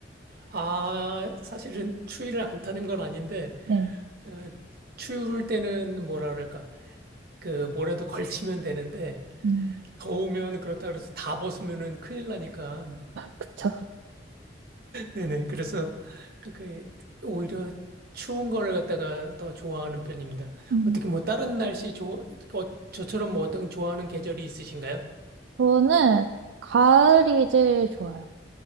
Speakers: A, on the right; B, on the right.
A: 아, 사실은 추위를 안 타는 건 아닌데
B: 네.
A: 어, 추울 때는 뭐라 그럴까? 그 뭐라도 걸치면 되는데
B: 음,
A: 더우면 그렇다 그래서 다 벗으면은 큰일 나니까
B: 그쵸?
A: 네네. 그래서 그 오히려 추운 거를 갖다가 더 좋아하는 편입니다.
B: 음.
A: 어떻게 뭐 다른 날씨 좋 어, 저처럼 뭐 어떤 좋아하는 계절이 있으신가요?
B: 저는 가을이 제일 좋아요.